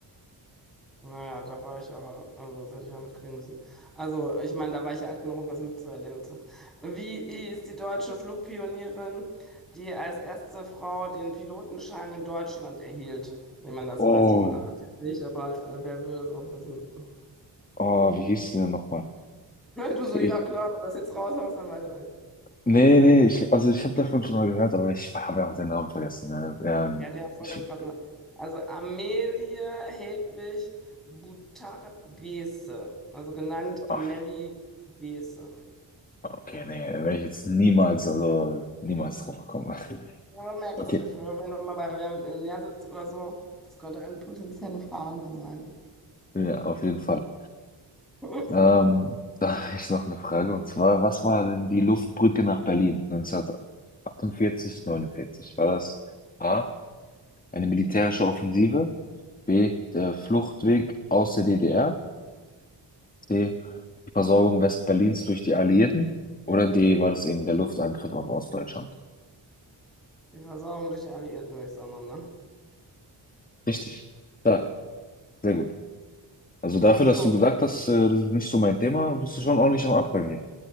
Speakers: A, in the centre; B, on the left.
A: Naja, da war ich ja, also das hätte ich ja mitkriegen müssen. Also, ich meine, da war ich ja alt genug, um das mitzuerleben. zu- Wie ist die deutsche Flugpionierin, die als erste Frau den Pilotenschein in Deutschland erhielt? Ich meine, das
B: Oh,
A: weißt du bereits nicht, aber äh, wer will das auch wissen? <laughs>
B: oh, wie hieß sie denn nochmal?
A: Du
B: Ich,
A: so, ja klar, wenn du das jetzt raushaust, dann weiß ich auch nicht.
B: Nee, nee, ich, also ich habe davon schon mal gehört, aber ich habe ja auch den Namen vergessen. Ne? Ähm,
A: Ja, der hat voll
B: ich,
A: den krassen. Namen. Also, Amelie Hedwig Boutard-Beese, also genannt
B: ach,
A: Melli Beese.
B: okay, nee, werde ich jetzt niemals, also niemals drauf kommen. <laughs>
A: Ja, merkst
B: Okay,
A: du, für- wenn du mal bei Wer wird Millionär sitzt oder so, das könnte eine potenzielle Frage sein.
B: ja, auf jeden Fall.
A: <laughs>
B: Ähm, da habe ich noch eine Frage, und zwar, was war denn die Luftbrücke nach Berlin 1948, 49? War das A, eine militärische Offensive, B, der Fluchtweg aus der DDR, C. Die Versorgung Westberlins durch die Alliierten. Oder D. War das eben der Luftangriff auf Ostdeutschland?
A: Die Versorgung durch die Alliierten, würde ich sagen, ne?
B: Richtig. Stark. Sehr gut. Also dafür,
A: So,
B: dass du gesagt hast, äh, das ist nicht so mein Thema, bist du schon ordentlich am Abräumen hier.